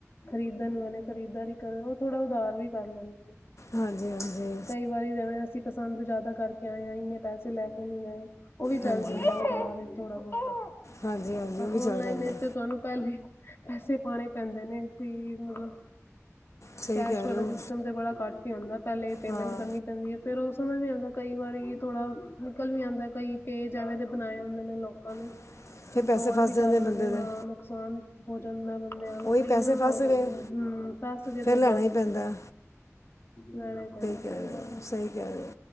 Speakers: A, on the left; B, on the left.
A: ਖਰੀਦਣ ਵੇਲੇ ਖਰੀਦਾਰੀ ਕਰਨ ਉਹ ਥੋੜਾ ਉਧਾਰ ਵੀ ਕਰ ਲੈਂਣੇ
B: ਹਾਂਜੀ ਈ ਹਾਂਜੀ ਈ
A: ਕਈ ਵਾਰੀ ਐਵੇਂ ਅਸੀਂ ਪਸੰਦ ਜ਼ਿਆਦਾ ਕਰਕੇ ਆਏ ਹਾਂ ਇੰਨੇ ਪੈਸੇ ਲੈ ਕੇ ਨਈ ਆਏ ਉਹ ਵੀ
B: ਹਾਂਜੀ
A: ਚੱਲ ਜਾਂਦੇ ਉਧਾਰ ਥੋੜਾ ਬੋਤਾ ਆ
B: ਹਾਂਜੀ ਹਾਂਜੀ
A: ਪਰ
B: ਉਹ ਵੀ ਚੱਲ
A: ਓਨਲਾਈਨ
B: ਜਾਂਦਾ
A: ਮੇਰੇ ਤੇ ਤੁਹਾਨੂੰ ਪਹਿਲੀ ਪੈਸੇ ਪਾਉਣੇ ਪੈਂਦੇ ਨੇ ਐ ਪੀ ਈ ਮਤਲਬ
B: ਸਹੀ
A: ਕੈਸ਼
B: ਕਹਿ
A: ਵਾਲਾ
B: ਰਹੇ ਹੋ
A: ਸਿਸਟਮ ਤੇ ਬੜਾ ਘੱਟ ਹੀ ਹੁੰਦਾ ਐ ਪਹਿਲੇ ਪੇਮੈਂਟ
B: ਹਾਂ
A: ਕਰਨੀ ਪੈਂਦੀ ਐ ਫੇਰ ਉਹ ਸਮਝ ਵੀ ਆਦਾ ਕਈ ਵਾਰੀ ਥੋੜਾ ਨਿਕਲ ਵੀ ਆਂਦਾ ਕਈ ਪੇਜ ਐਵੇਂ ਦੇ ਬਣਾਏ ਹੁੰਦੇ ਨੇ ਲੋਕਾਂ ਨੇ
B: <inaudible>
A: ਹੁਣ ਫਰੋਡ
B: ਫਸ
A: ਵੀ
B: ਜਾਂਦੇ
A: ਕਰ ਲੈਂਣੇ
B: ਬੰਦੇ ਦੇ
A: ਹਾਂ ਨੁਕਸਾਨ ਹੋ ਜਾਂਦਾ ਬੰਦਿਆਂ ਨੂੰ
B: ਉਹੀ
A: ਕਈਆਂ
B: ਪੈਸੇ
A: ਨੂੰ
B: ਫਸ
A: ਹੋ
B: ਗਏ
A: ਜਾਂਦਾ ਹੁੰ ਫਸ ਗਏ
B: ਫਿਰ
A: ਤੇ
B: ਲੈਣਾ
A: ਬਸ
B: ਹੀ ਪੈਂਦਾ
A: ਲੈਣਾ ਪੈਂਦਾ
B: ਕਹਿ
A: ਸਹੀ
B: ਰਹੇ
A: ਗੱਲ
B: ਹੋ
A: ਐ
B: ਸਹੀ ਕਹਿ ਰਹੇ ਹੋ